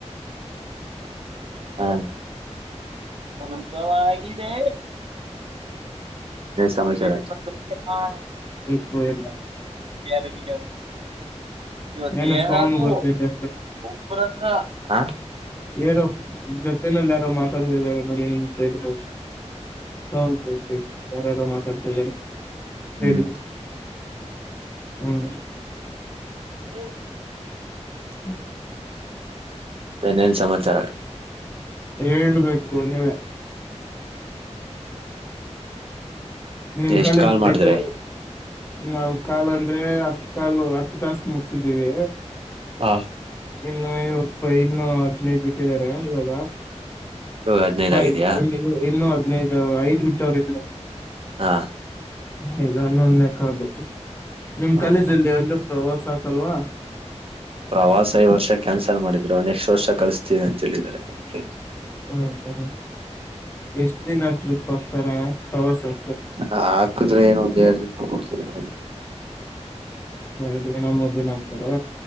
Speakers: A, on the right; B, on the left.
A: ಹಾ ವಲ ಸುಖವಾಗಿದೆ ಸಮಯ್ಯ ಆ
B: ಬೇಕು ಎಲ್ಲ
A: ಏನಲ್ಲಿ ಇವತ್ತು
B: ಏನೋ
A: ಏನಾದೂ
B: ಸೌಂಡ್ ಬರ್ತಿದೆ
A: ಒಬ್ಬರ ಹತ್ರ ಹಾ
B: ಯರೋ ಜೊತನಲ್ಲ ಯಾರೋ ಮಾತಾಡತ ನೋ ನಿಂತ ಇರ್ಬಹದು ಹೌ ಸ ಯಾರೆಲ್ಲ ಮಾತಾಡ್ಕಿ ಸೈ
A: ಹ್ಮ್
B: ಹ್ಮ್
A: ಹ
B: ಹ್ಮ
A: ನ್ನೇನ್ ಸಮಾ ಚರ
B: ಹೇಳ್ಬೇಕು ನೀವೆ ನಿಮ್
A: ಎಷ್ಟ್
B: ಕಾಲೇಜಲ್ಲಿಲ್ಲ
A: ಕಾಲ್ ಮಾಡಿದ್ರೆ
B: ನಾವು ಕಾಲು ಅಂದ್ರೆ ಹತ್ ಕಾಲು ಹತ್ತು ತಾಸ ಮುಗಿಸಿದ್ದೀವಿ
A: ಹಾ
B: ಇಲ್ಲ ಇವತ್ತು ಇನ್ನು ಹದ್ನೈದು ಬಿಟ್ಟಿದ್ದಾರೆ ಇವಾಗ
A: ಹದಿನೈದ್ ಆಗಿದ್ಯಾ
B: ಇಲ್ಲ ಇ ಇ ಇನ್ನು ಹದ್ನೈದು ಐದ್ ಬಿಟ್ಟವರು ಇಲ್ಲ
A: ಹಾ
B: ಹದುನ್ನೊಂದಕಲ್ಲ ನಿಮ್
A: ಹಾ
B: ಕಾಲೇಜಲ್ಲಿ
A: ಹಾ
B: ಎಲ್ಲ ಪ್ರವಾಸ ಆಕಲ್ವಾ
A: ಪ್ರವಾಸ ಈ ವರ್ಷ ಕ್ಯಾನ್ಸಲ್ ಮಾಡಿದ್ರು ನೆಕ್ಸ್ಟ್ ವರ್ಷ ಕಳಿಸಸ್ತೀವಿ ಅಂತ ಹೇಳಿದ್ದಾರೆಗೆ
B: ಹ್ಮ ಹ ಎಸದೇ ನಾಟ ಹತರ ಹ ಸ
A: ಹ ಹಾಕುದ್ರೆ ಏನು ಉದ ಹೇಳಿ ಕೊಡ್ತ ಹ
B: ಎರಡು ದಿನ ಮೂರ್ ದಿನ ಆಗ್ತಾರ